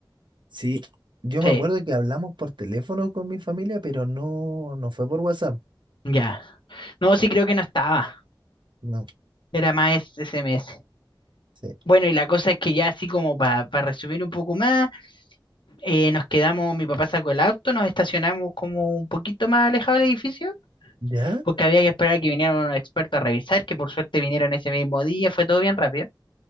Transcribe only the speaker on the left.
Sí,
ya. No, sí creo que no estaba.
Era más SMS.
Bueno, y la cosa es que ya así como para resumir un poco más, eh, nos quedamos, mi papá sacó el auto, nos estacionamos como un poquito más alejado del edificio,
porque había que esperar que vinieran unos expertos a revisar, que por suerte vinieron ese mismo día, fue todo bien rápido.